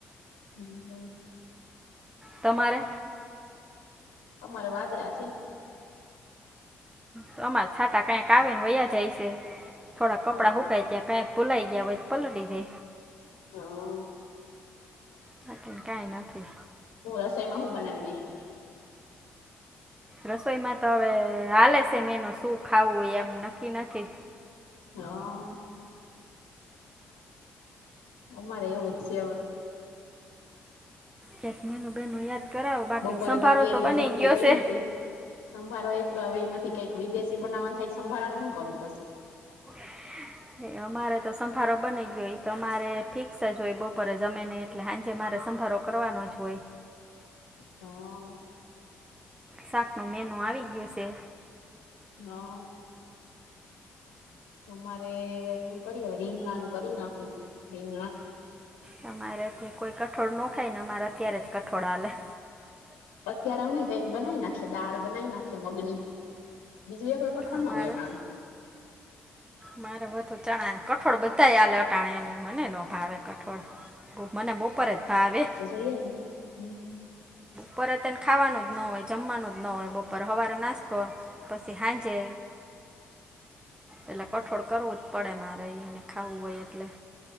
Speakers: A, on the left (about 80°); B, on the right (about 15°).
A: હમ્મ.
B: તમારે
A: અમારે વાદરા છે.
B: તો અમારા છાટા કાંઈક આવે ને વયા જાય છે થોડાં કપડાં
A: હ
B: હૂકાય ત્યાંક કંઈક ભુલાઈ ગયા વય પલડીડે
A: હા.
B: હાકે કઈ નથી
A: હું રસોઈમાં હું બનાવી નાંખ્યું?
B: રસોઈમાં તો હવે હાલે છે મે એનું શું ખાવું એમ નક્કી નથી.
A: હા. અમારે એવું જ સે હવે.
B: કેક મેનું બહેનનું યાદ કરાવો બાકીન
A: બપોરે
B: સંભારો
A: કેરી
B: તો બની
A: ને રોટલી
B: ગયો
A: કયરી
B: સે.
A: તી સંભારો એકલો હવે એમાંથી કંઈક વિદેશી બનાવવા થાય, સંભારા હું કરવું પસી.
B: <inaudible> હે અમારે તો સંભારો બની ગયો તો ઈ તમારે ફિક્સ જ હોય બપોરે જમેને એટલે હાંજે મારે સંભારો કરવાનો જ હોય.
A: હા.
B: શાક નું મેનુ આવી ગયું સે.
A: હા. તો અમારે હુ કરીએ હવે રીંગણા નું કરી નાખું. રીંગણા
B: તમારે અત્યાં કોઈ કઠોળ નો ખાય ને, અમારે અત્યારે જ કઠોળ હાલે.
A: અત્યારે અમે કાંઈક બનાઈ નાખીએ, દાળ બનાવી નાખીએ મગની. બીજું એકોય પઠણ
B: અમારે
A: ન હોય આટણ
B: મારે બધું ચણા કઠોળ બધા આલે અટાણેને મને નો ભાવે કઠો પણ મને બપરે જ ભાવે
A: જઈએ ને હમ
B: પરત એને ખાવાનું જ ન હોય, જમવાનું જ ન હોય બપોરે. હવાળે નાસ્તો પસી હાંજે એટલે કઠોળ કરવું જ પડે મારે ઈ એને ખાવું હોય એટલે.